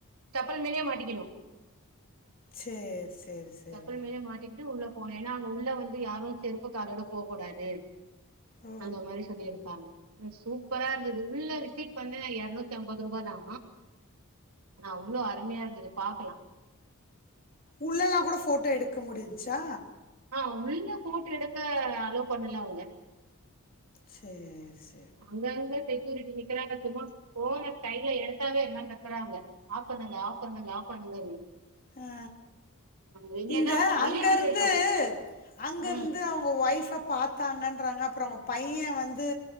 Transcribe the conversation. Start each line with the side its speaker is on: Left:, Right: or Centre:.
Right: சப்பல் மேலேயே மாட்டிக்கணு
Left: சரி, சரி, சரி.
Right: சப்பல் மேலே மாட்டிக்கிட்டு உள்ள போ ஏன்னா அங்க உள்ள வந்து யாரு செருப்பு காலோட போ கூடாது
Left: ஓ!
Right: அந்த மாரி சொல்லியிருக்காங்க நு சூப்பரா இருந்தது உள்ள விசிட் பண்ண யற்நூத் அம்பது ரூபா தா நா அவ்ளோ அருமையா இருந்தது பாக்கலா
Left: உள்ளெல்லா கூட ஃபோட்டோ எடுக்க முடின்ச்சா
Right: ஆ உள்ள போட்டு எடுக்க அலோ பண்ணல அவங்க
Left: சேர்ஸ்
Right: அங்கங்க செக்யூரிட்டி நிக்கிறாங்க சும்மா ஃபோன கைய்ல எடுத்தாவே எல்லா கத்தறாங்க ஆப் பண்ணாங்க ஆஃப் பண்ணுங்க ஆஃப் பண்ணுங்கன்னு
Left: அ
Right: நாங்க வெளியதா
Left: இந்த
Right: வெளிய
Left: அங்கருந்து
Right: வந்து எடுத்தோ
Left: அங்கருந்து
Right: ம்
Left: அவ் ஒ ஒய்ஃப பாத்தாங்கன்றாங்க அப்றோ அவங்க பைய வந்து